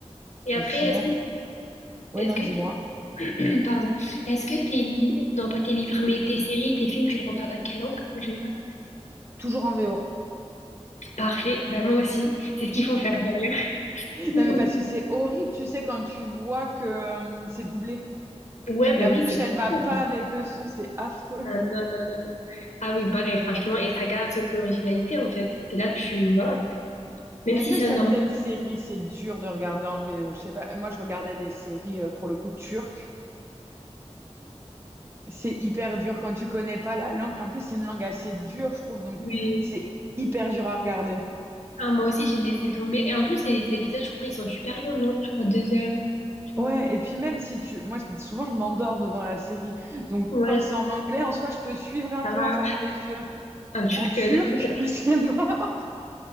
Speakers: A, on the left; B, on the right.
A: Et après,
B: Mais sinon,
A: est-ce que,
B: ouais,
A: est-ce
B: non,
A: que
B: dis-moi.
A: t'es, <clears throat> pardon, est-ce que tes livres, non pas tes livres, mais tes séries, tes films, tu les regardes en quelle langue en général?
B: Toujours en VO.
A: Parfait, bah moi aussi, c'est ce qu'il faut faire d'ailleurs. <laughs>
B: <laughs>
A: Il
B: Non,
A: faut-
B: mais parce que c'est horrible, tu sais, quand tu vois que euh, c'est doublé.
A: Ouais,
B: La
A: bah oui,
B: bouche,
A: c'est
B: elle va
A: cool.
B: pas avec le son, c'est affreux.
A: Ah non, non, non, non. Ah oui, pareil, franchement, et ça garde son originalité en fait. Et là, tu, voilà. Même
B: Il y
A: si
B: a que
A: c'est
B: certaines
A: un organe.
B: séries, c'est dur de regarder en VO. Je sais pas, moi, je regardais des séries, euh, pour le coup, turques. C'est hyper dur quand tu connais pas la langue. En plus, c'est une langue assez dure, je trouve, donc
A: Oui.
B: c'est hyper dur à regarder.
A: Ah, moi aussi, j'ai laissé tomber. Et en plus, les épisodes, je crois, ils sont super longs, non? Je crois deux heures, tu
B: Ouais,
A: vois.
B: et puis même si tu... Moi, souvent, je m'endors devant la série. Donc,
A: Ouais,
B: quand c'est en anglais, en soi, je peux suivre un
A: ça
B: peu
A: va.
B: en fermant les yeux.
A: Un turc,
B: en turc,
A: euh, laisse tomber.
B: <laughs> c'est mort.